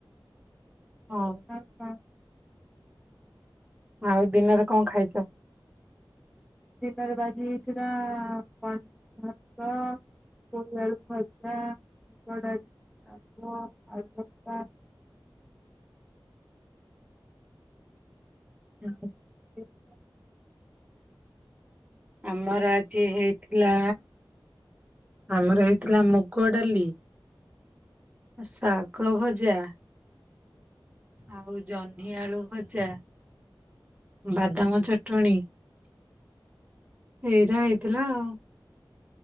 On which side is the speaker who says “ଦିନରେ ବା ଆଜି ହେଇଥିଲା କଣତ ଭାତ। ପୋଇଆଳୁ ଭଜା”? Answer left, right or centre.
Centre